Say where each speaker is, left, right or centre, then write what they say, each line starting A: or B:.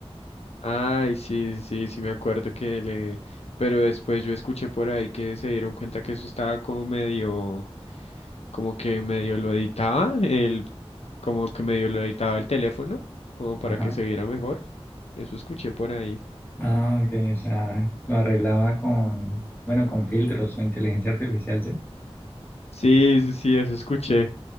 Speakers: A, on the left (about 75°); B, on the left (about 20°).
A: Ay, sí, sí, sí, me acuerdo que le... Pero después yo escuché por ahí que se dieron cuenta que eso estaba como medio... como que medio lo editaba, el, como que medio lo editaba el teléfono, como para
B: Ajá.
A: que se viera mejor. Eso escuché por ahí.
B: Ah, ok, o sea, lo arreglaba con, bueno, con filtros o inteligencia artificial, sí.
A: Sí, sí, sí, eso escuché.